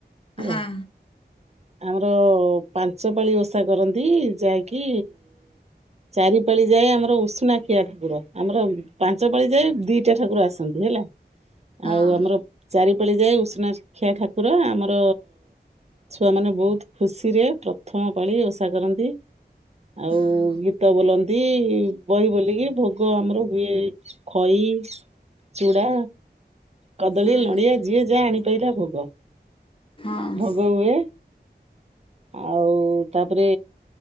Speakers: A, on the right; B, on the left.
A: ହେଲା
B: ହଁ
A: ଆମର ପାଞ୍ଚ ପାଳି ଓଷା କରନ୍ତି, ଯାହାକି ଚାରି ପାଳି ଯାଏ ଆମର ଉଷୁନା ଖିଆ ଠାକୁର, ଆମର ପାଞ୍ଚ ପାଳି ଯାଏ ଦି <unintelligible> ହେଲା
B: ହଁ
A: ଆଉ ଆମର ଚାରି <unintelligible> ଯାଏ ଉଷୁନା ଖିଆ ଠାକୁର ଆମର ଛୁଆମାନେ ବହୁତ୍ ଖୁସି ରେ ପ୍ରଥମ ପାଳି ଓଷା କରନ୍ତି। ଆଉ
B: ହଁ
A: ଗୀତ ବୋଲନ୍ତି ବହି ବୋଲ <unintelligible> ଭୋଗ ଆମର ହୁଏ ଖଇ, ଚୁଡ଼ା। କଦଳୀ,
B: ହଁ
A: ନଡ଼ିଆ ଯିଏ ଯାହା ଆଣିପାରିଲା ଭୋଗ
B: ହଁ
A: ଭୋଗ ହୁଏ। ଆଉ ତାପରେ